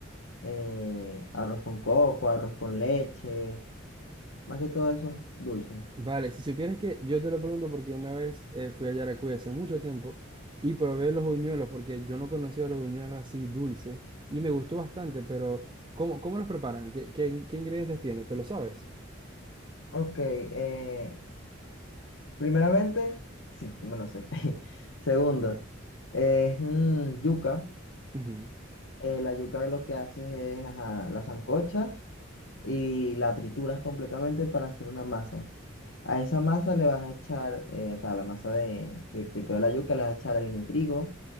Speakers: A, on the left; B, on the right.
A: eh, arroz con coco, arroz con leche, más que todo esos dulces.
B: Vale, si supieras que yo te lo pregunto porque una vez eh, fui a Yaracuy hace mucho tiempo y probé los buñuelos porque yo no conocía los buñuelos así dulces y me gustó bastante, pero ¿cómo, cómo los preparan? ¿Qué, qué, qué ingredientes tiene? ¿Te lo sabes?
A: Ok, eh, primeramente, sí, sí me lo sé. <laughs> Segundo, es mm, yuca.
B: Ujú,
A: Eh, la yuca lo que haces es, ajá, la sancocha y la trituras completamente para hacer una masa. A esa masa le vas a echar, eh, o sea, a la masa de, que te quedó la yuca, le vas a echar harina de trigo,